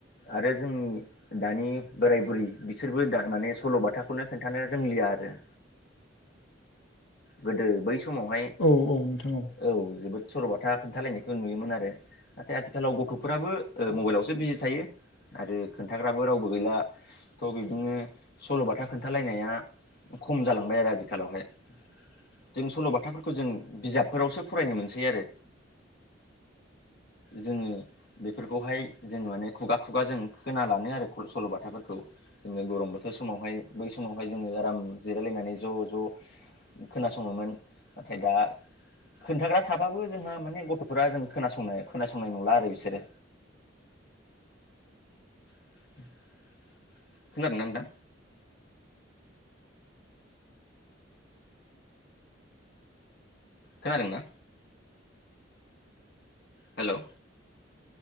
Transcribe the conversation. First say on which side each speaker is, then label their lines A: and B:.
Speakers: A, on the left; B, on the left.
A: आरो जोंनि दानि बोराय बुरि बिसोरबो दा माने सल'बाथा खौनो खोन्थानो रोंलिया आरो गोदो बै समावहाय
B: औ औ औ नोंथां औ
A: औ जोबोद सल' बाथा खोन्थालायनायखौ नुयोमोन आरो नाथाय आथिखालाव गथ'फोराबो ओ मबाइलावसो बिजि थायो आरो खोन्थाग्राबो रावबो गैला थ' बिदिनो सल'बाथा खोन्थालायनाया खम जालांबाय आरो आथिखालावहाय जों सल'बाथाफोरखौ जों बिजाबफोरावसो फरायनो मोनसै आरो जोङो बेफोरखौहाय जों माने खुगा खुगा जों खोना लानो आरो सल'बाथाफोरखौ जोङो गरम बोथोर समावहाय बै समावहाय जोङो आराम जिरायलायनानै ज' ज' खोनासङोमोन नाथाय दा खोन्थाग्रा थाबाबो जोंहा माने गथ'फोरा जों खोनासंनाय खोनासंनाय नंला आरो बिसोरो <inaudible> खोनादों ना नोंथां खोनादोंं ना हेल'